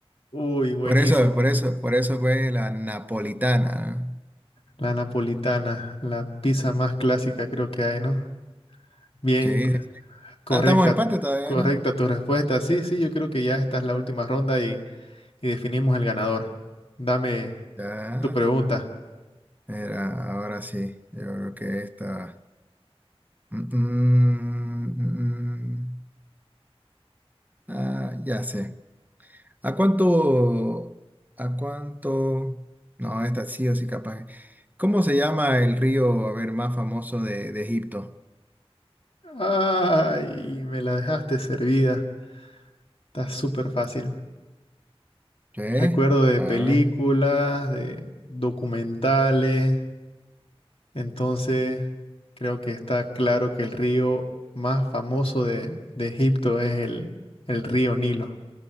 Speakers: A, on the left (about 65°); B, on the right (about 15°).
A: Uy, buenísimo.
B: Por eso, por eso, por eso fue la napolitana, ¿no?
A: La napolitana, la pizza más clásica creo que hay, ¿no? Bien,
B: Sí, sí.
A: correcta,
B: Ah, estamos en empate todavía,
A: correcta
B: ¿no?
A: tu respuesta. Sí, sí, yo creo que ya esta es la última ronda y... y definimos el ganador. Dame
B: Ya.
A: tu pregunta.
B: Era, ahora sí. Yo creo que esta. Mm, mm, mm, mm. mm. Ah, ya sé. ¿A cuánto? ¿A cuánto? No, esta sí o sí capaz. ¿Cómo se llama el río, a ver, más famoso de, de Egipto?
A: Ay, me la dejaste servida. Está súper fácil.
B: ¿Sí?
A: Recuerdo de
B: A
A: películas,
B: ver.
A: de documentales. Entonces, creo que está claro que el río más famoso de, de Egipto es el, el río Nilo.